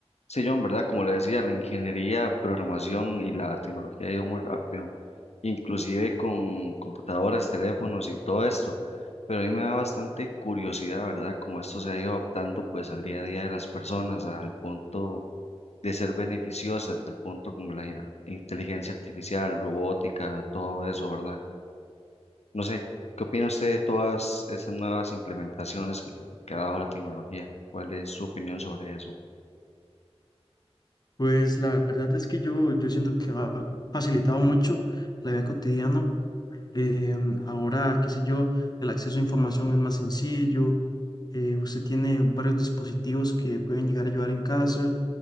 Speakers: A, on the left (about 80°); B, on the left (about 40°).
A: Sí, John, ¿verdad? Como le decía, la ingeniería, programación y la tecnología ha ido muy rápido, inclusive con computadoras, teléfonos y todo esto. Pero a mí me da bastante curiosidad, ¿verdad? Cómo esto se ha ido adaptando pues al día a día de las personas, al punto de ser beneficiosa, hasta el punto como la inteligencia artificial, robótica, todo eso, ¿verdad? No sé, ¿qué opina usted de todas estas nuevas implementaciones que, que ha dado la tecnología? ¿Cuál es su opinión sobre eso?
B: Pues la verdad es que yo, yo siento que ha facilitado mucho la vida cotidiana. Em, ahora, qué sé yo, el acceso a información es más sencillo. eh, usted tiene varios dispositivos que pueden llegar a ayudar en casa.